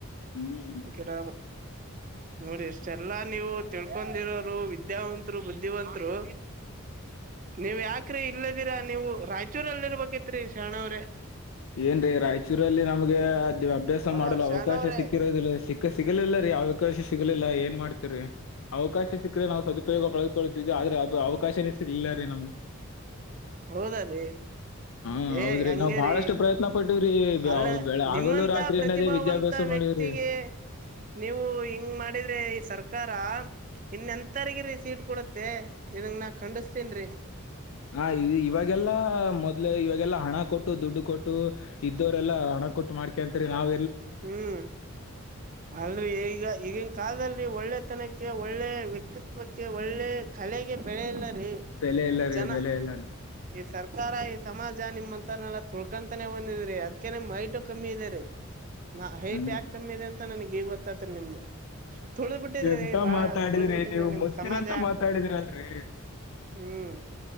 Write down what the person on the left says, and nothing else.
ಹ್ಮ್
ಏನ್ರಿ ರಾಯಚೂರಲ್ಲಿ ನಮ್ಗೆ. ಇದು ಅಭ್ಯಾಸ
ಮಾಡಲು
ಅವಕಾಶ
ಸಿಕ್ಕಿರೋದಿಲ್ಲ ಸಿಕ್ಕ ಸಿಗಲಿಲ್ಲ ರೀ ಅವಕಾಶ ಸಿಗಲಿಲ್ಲ. ಮಾಡ್ತರಿ ಅವಕ ಅವಕಾಶ ಸಿಕ್ಕಿದ್ರೆ ನಾವು ಸದುಪಯೋಗ ಪಳದುಕೊಳ್ತೀವಿ ಆದ್ರೆ ಅವಕಾಶನೇ ಸಿಲಿಲ್ಲ ರೀ ನಮ್ಗೆ.
ಹಾ
ಹೌದ್ರಿ
ನಾವ್ ಬಹಳಷ್ಟು ಪ್ರಯತ್ನ ಪಟ್ಟಿವ್ರಿ ಬೆ-
ಅವ್ ಬೆಳ ಹಗಲು
ರಾತ್ರಿ
ಅನ್ನದೇ ವಿದ್ಯಾಭ್ಯಾಸ ಮಾಡಿವ್ರಿ
ಹಾ, ಇವಾಗ ಈಗೆಲ್ಲ ಮೊದ್ಲು ಇವಾಗಲ್ಲ ಹಣ ಕೊಟ್ಟು ದುಡ್ಡು ಕೊಟ್ಟು. ಇದ್ದವರೆಲ್ಲಾ ಹಣ ಕೊಟ್ಟು ಮಾಡ್ಕಂತರಿ ನಾವ
ಬೆಲೆ ಇಲ್ಲ ರೀ
ಬೆಲೆ ಇಲ್ಲ
ಹ್ಮ್.
ಎಂತ
ಮಾತಾಡಿದ್ರಿ
ನೀವು
ಮುತ್ತಿನಂತ
ಮಾತಾಡಿದ್ರಲ್ರಿ